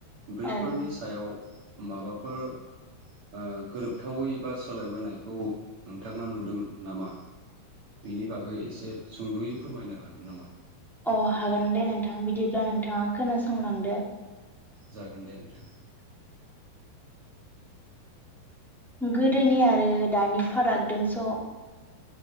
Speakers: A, on the right; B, in the centre.
A: बैफोरनि
B: औ
A: सायाव माबाफोर ओ गोरोबथावै बा सोलायबोनाय खौ नोंथाङा नुदों नामा? बिनि बागै एसे सुंद'यै फोरमायनो हागोन नामा?
B: अ हागोन दे नोंथां बिदिब्ला नोंथाङा खोनासंलांदो
A: जागोन दे नोंथां
B: गोदोनि आरो दानि फारागदोंस ओ